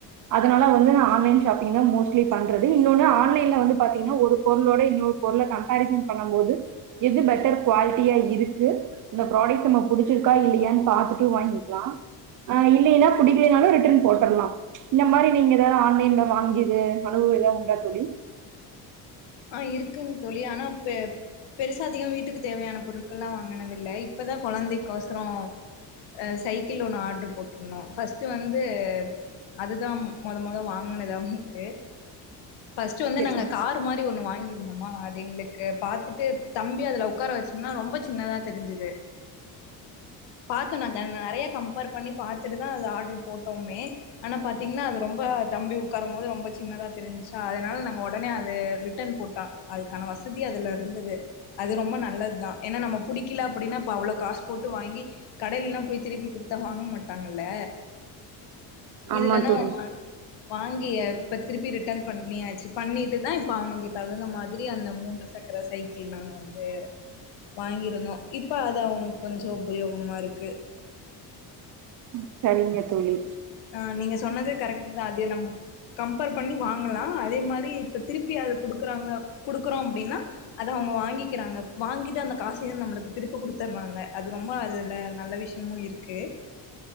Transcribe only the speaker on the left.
ஆ இருக்குங் தோழி ஆனா இப்ப பெருசா அதிக வீட்டுக்கு தேவையான பொருட்கள்ல்லா வாங்கினது இல்ல இப்பதா கொழந்தைக்கோசர அ சைக்கி ஒண்ணு ஆர்டரு போட்ருந்தோ ஃபர்ஸ்ட் வந்து அதுதா மொத மொத வாங்கினது அவுன்க்கு ஃபஸ்ட் வந்து
நாங்க காரு மா ஒன்னு வாங்கிருந்தமா அது எங்களுக்கு பாத்துட்டு தம்பி அதுல உக்கார வச்சோம்னா ரொம்ப சி ன்னதா தெரிஞ்சுது பாத்தோனாக்க நெறைய கம்பேர் பண்ணி பாத்துட்டு தா அது ஆர்டரு போட்டோமே ஆனா பாத்தீங்கன்னா அது ரொம்ப தம்பி உக்காருமோது ரொம்ப சின்னதா தெரிஞ்சு ஸோ அதனால நாங்க ஒடனே அது ரிட்டர்ன் போட்டோ அதுக்கான வசதி அதுல இருந்துது அது ரொம்ப நல்லதா ஏன்னா நம்ம புடிக்கில அப்டின்னா அப்ப அவ்ளோ காஸ் போட்டு வாங்கி கடையிலல்லா போய் திருப்பி குடுத்தா வாங்க மாட்டாங்கல்ல
இதுலனா
அவுங்க வாங் வாங்கிய இப்ப திருப்பி ரிட்டன் பண்ணியாச்சு பண்ணிட்டு தா இப்ப அவுனுக்கு தகுந்த மாத்ரி அந்த மூன்று சக்கர சைக்கிள் நாங்க வந்து வாங்கி இருந்தோ இப்ப அது அவுனுக் கொஞ்சோ உபயோகமா இருக்கு
ஆ நீங்க சொன்னது கரெக்ட் தா அதே நம் கம்பேர் பண்ணி வாங்கலா அதே மாரி இப்ப திருப்பி அது குடுக்கறாங்க குடுக்குறோ அப்டின்னா அத அவு ங்க வாங்கிக்கிறாங்க வாங்கிட்டு அந்த காசுயு நம்பளுக்கு திருப்ப குடுத்தறாங்க அது ரொம்ப அதுல நல்ல விஷ்யமு இருக்கு